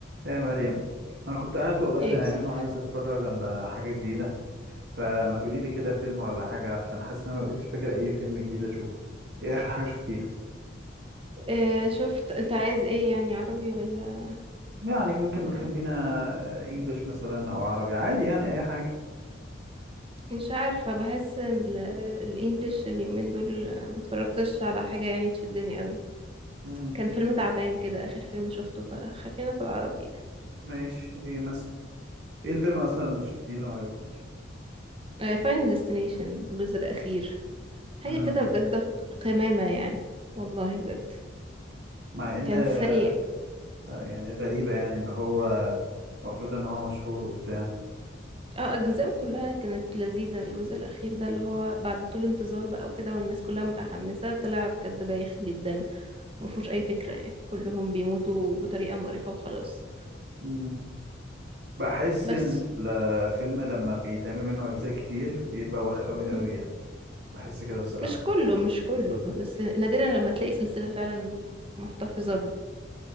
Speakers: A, on the right; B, on the right.
A: يا مريم انا كنت قاعد والله
B: ايه
A: زهقان
B: يا يوسف
A: وعايز اتفرج على حاجه جديده فما تقولي لي كده فيلم ولا حاجه عشان حاسس ان انا ما بقتش فاكر اي فيلم جديد اشوفه ايه اخر حاجه شفتيها
B: إيه شفت انت عايز ايه يعني عربي ولا
A: يعني ممكن
B: ولا
A: نخلينا انجلش مثلا او عربي عادي يعني اي حاجه
B: مش عارفة بحس ال- الانجليش اليومين دول ما اتفرجتش على حاجة يعني تشدني قوي
A: امم
B: كان فيلم تعبان كده اخر فيلم شفته فخلينا في العربي
A: ماشي ايه مثلا ايه الفيلم اصلا اللي شفتيه اللي ما عجبكيش
B: فاينل ديستنيشن الجزء الاخير حاجة
A: امم
B: كده بجد قمامة يعني والله بجد
A: مع ان
B: كان
A: آه،
B: سيء
A: يعني غريبه يعني ان هو المفروض ان هو مشهور وبتاع
B: اه اجزاءه كلها كانت لذيذة الجزء الاخير ده اللي هو بعد طول انتظار بقى وكده والناس كلها متحمسة طلع بجد بايخ جدا مفهوش أي فكرة يعني كلهم بيموتوا بطريقة مقرفة وخلاص
A: امم بحس
B: بس
A: ان الفيلم لما بيتعمل منه اجزاء كتير بيبقى وخ قوي قوي
B: مم.
A: يعني بحس كده بصراحة
B: مش كله مش كله بس نادرا لما تلاقي سلسلة فعلا محتفظة